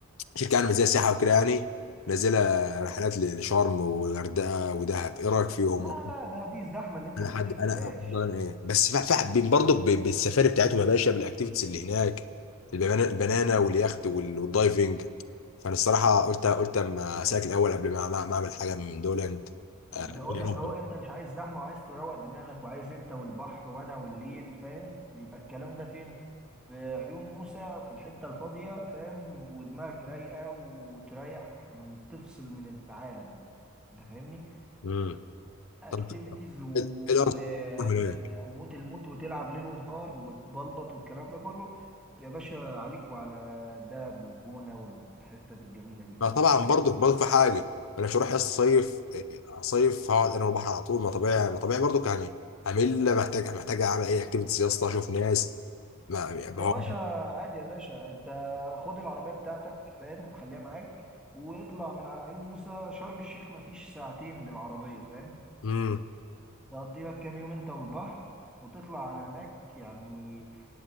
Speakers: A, on the left; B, in the centre.
A: شركه يعني زي سياحه وكده يعني نازله رحلات لشرم والغردقه ودهب ايه رايك فيهم
B: لا لا لا دي الزحمة اللي أنت
A: انا
B: ما
A: حد
B: بتحبهاش
A: انا أنا ايه بس في حابين برضه بالسفاري بتاعتهم يا باشا بالاكتيفيتيز اللي هناك البنانا البنانا واليخت وال- والدايفنج فانا الصراحه قلت قلت اما اسالك الاول قبل ما ما ما اعمل حاجه من دول
B: انا
A: آه،
B: بقول
A: ايه الافضل؟
B: لك اهو انت مش عايز زحمه وعايز تروق دماغك وعايز انت والبحر وانا والليل فاهم يبقى الكلام ده فين في عيون موسى في الحته الفاضيه فاهم ودماغك رايقه وتريح من تفصل من العالم انت فاهمني
A: امم
B: اكتيفيتيز
A: طب
B: وموت
A: ايه إيه الافضل هناك؟
B: الموت وتلعب ليل ونهار وتبلبط والكلام ده كله يا باشا عليك وعلى الدهب والجونه والحتت الجميله دي
A: ما طبعا
B: انت فاهم
A: برضو برضو في حاجه ما انا مش هروح يا اسطى صيف آه، صيف هقعد انا والبحر على طول ما طبيعي ما طبيعي برضو يعني همل محتاج محتاج اعمل اي اكتيفيتيز يا اسطى اشوف ناس ما يعني
B: يا
A: هو
B: باشا عادي يا باشا انت خد العربية بتاعتك فاهم وخليها معاك واطلع من على عيون موسى شرم الشيخ مفيش ساعتين بالعربية فاهم
A: امم
B: تقضي لك كام يوم انت والبحر وتطلع على هناك يعني